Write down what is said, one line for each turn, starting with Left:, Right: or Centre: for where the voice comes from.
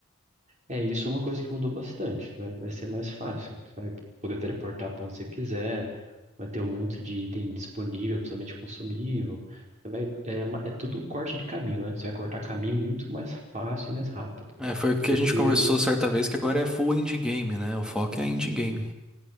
Right: é, isso é uma coisa que mudou bastante, vai Vai ser mais fácil, você vai poder teleportar pra onde você quiser, vai ter um monte de item disponível, principalmente consumível. Você vai, é, uma- é tudo corte de caminho, né? Você vai cortar caminho muito mais fácil e mais rápido.
Centre: É, foi o que
Right: Porque
Centre: a gente conversou certa vez, que agora é full indie game, né? O foco é indie game.